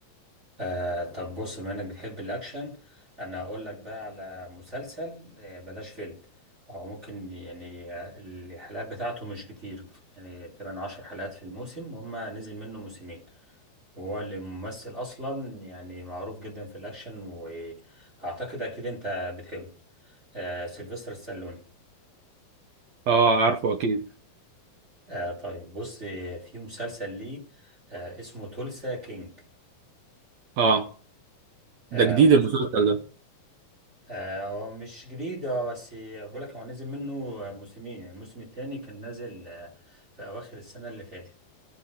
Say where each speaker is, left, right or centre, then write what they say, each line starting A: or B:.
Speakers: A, on the right; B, on the right.
A: آه طب بص بما انك بتحب الاكشن انا اقول لك بقى على مسلسل آه بلاش فيلم او ممكن يعني آه، الحلقات بتاعته مش كتير يعني تقريبا عشر حلقات في الموسم هما نزل منه موسمين وهو اللي ممثل اصلا يعني معروف جدا في الاكشن واعتقد اكيد انت بتحبه آه سيلفستر السالوني
B: اه عارفه اكيد
A: آه طيب بص آه، في مسلسل ليه آه اسمه تولسا كينج
B: اه
A: آه،
B: ده جديد المسلسل ده
A: آه، هو مش جديد هو بس بقول لك هو نزل منه موسمين يعني الموسم الثاني كان نازل آه، في أواخر السنة اللي فاتت